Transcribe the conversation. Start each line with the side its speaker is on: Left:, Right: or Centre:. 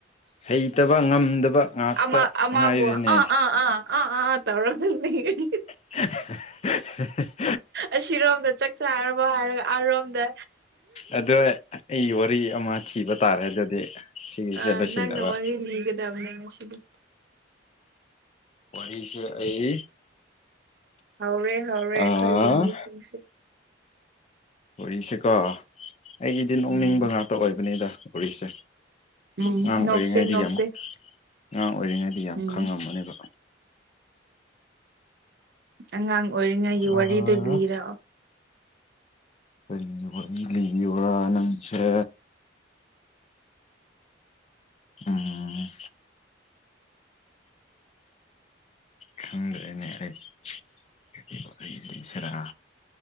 Left: ꯍꯩꯇꯕ ꯉꯝꯗꯕ ꯉꯥꯛꯇ
Right: ꯑꯃ ꯑꯃꯥꯕꯨ
Left: ꯉꯥꯏꯔꯦꯅꯦ
Right: ꯑꯥ ꯑꯥ ꯑꯥ ꯑꯥ ꯑꯥꯇꯧꯔꯒ ꯂꯩꯌꯦ
Left: <unintelligible>
Right: ꯑꯁꯤꯔꯣꯝꯗ ꯆꯥꯛ ꯆꯥꯔꯕꯣ ꯍꯥꯏꯔꯒ ꯑꯥꯔꯣꯝꯗ
Left: ꯑꯗꯣ ꯑꯩ ꯋꯥꯔꯤ ꯑꯃ ꯊꯤꯕ ꯇꯥꯔꯦ ꯑꯗꯨꯗꯤ ꯁꯤꯒꯤꯁꯦ
Right: ꯑ
Left: ꯂꯣꯏꯁꯤꯟꯅꯕ
Right: ꯅꯪꯅ ꯋꯥꯔꯤꯂꯤꯒꯗꯝꯅꯤ ꯉꯁꯤꯗꯤ
Left: ꯋꯥꯔꯤꯁꯦ ꯑꯩ
Right: ꯍꯧꯔꯦ ꯍꯧꯔꯦ
Left: ꯑꯥ
Right: ꯑꯩꯈꯣꯏꯒꯤ ꯃꯤꯁꯤꯡꯁꯦ
Left: ꯋꯔꯤꯁꯦꯀꯣ ꯑꯩꯒꯤꯗꯤ ꯅꯣꯛꯅꯤꯡꯕ
Right: ꯎꯝ
Left: ꯉꯥꯛꯇ ꯑꯣꯏꯕꯅꯤꯗ ꯋꯔꯤꯁꯦ
Right: ꯎꯝ
Left: ꯑꯉꯥꯡ ꯑꯣꯏꯔꯤꯉꯩꯗꯤ
Right: ꯅꯣꯛꯁꯦ ꯅꯣꯛꯁꯦ
Left: ꯌꯥꯝ ꯑꯉꯥꯡ ꯑꯣꯏꯔꯤꯉꯩꯗꯤ ꯌꯥꯝ
Right: ꯎꯝ
Left: ꯈꯪꯉꯝꯃꯅꯦꯕ
Right: ꯑꯉꯥꯡ ꯑꯣꯏꯔꯤꯉꯩꯒꯤ ꯋꯥꯔꯤꯗꯨ
Left: ꯑꯥ
Right: ꯂꯤꯔꯛꯑꯣ
Left: ꯀꯔꯤ ꯅꯋꯥꯔꯤ ꯂꯤꯕꯤꯌꯨꯔꯥ ꯅꯪꯁꯦ ꯎꯝ ꯈꯪꯗ꯭ꯔꯦꯅꯦ ꯑꯩ ꯀꯔꯤ ꯋꯔꯤꯂꯤꯁꯤꯔꯥ